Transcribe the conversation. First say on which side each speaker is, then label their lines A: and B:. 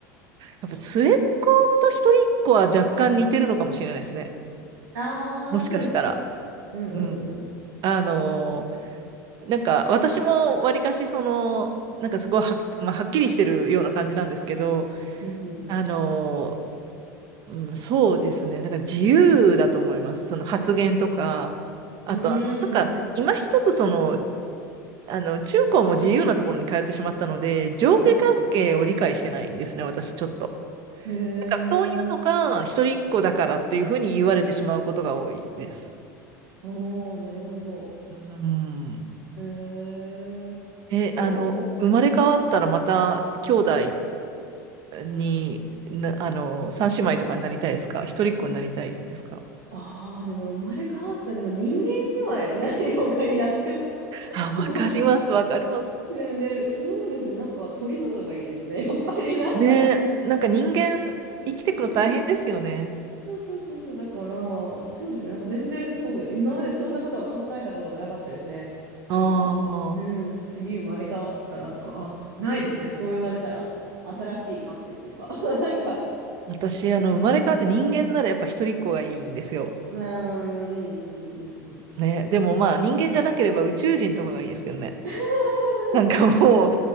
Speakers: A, on the right; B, on the right.
A: やっぱ末っ子と一人っ子は若干似てるのかもしれないですね。
B: ああ、
A: もしかしたら。
B: そうですか。うんうんうん
A: うん。あのーなんか私もわりかしその、なんかすごいはっ、まあ、はっきりしてるような感じなんですけど、
B: うん。うん
A: あのーうんそうですね、なんか自由だと思います。その発言とか、あとあの、
B: うん。うーんう
A: なんか今一つその、あの、中高も自由なところに通ってしまったので、上下関係を理解してないんですね、
B: んうん。はい。
A: 私ちょっと。
B: へえ。
A: なんかそういうのが一人っ子だからっていうふうに言われてしまうことが多いです。
B: おー、なるほど。
A: うん。
B: へえ。
A: え、
B: まあでも、
A: あの、生まれ変わったらまた兄弟
B: うん、
A: に、な、あの、三姉妹とかになりたいですか一人っ子になりたいですか
B: ああ、でも生まれ変わった、でも人間ではない方がいいなって思
A: あ、わかります、
B: う。
A: わかります。
B: ねで、そうですね。なんか鳥とかがいいですね。<laughs> やっぱりなんだろう。
A: ねえ、なんか人間生きてくの大変ですよね。
B: <laughs> そう、にそうそうそうそう。だから、そうですね。なんか全然そうで、今までそんなことは考えたこともなかったですね。なんか、
A: あ
B: うん、
A: あ、
B: 次生まれ変わったらとか、あ、ないですね。そう言われたら、新しい観点っていうか、<laughs> なんか、
A: 私、あの、生まれ変わって人間ならやっぱ一人っ子がいいんですよ。
B: うーん、うんうんうんうんうん。
A: ね、でもまあ人間じゃなければ宇宙人とかがいいですけどね。
B: <laughs>
A: なんかも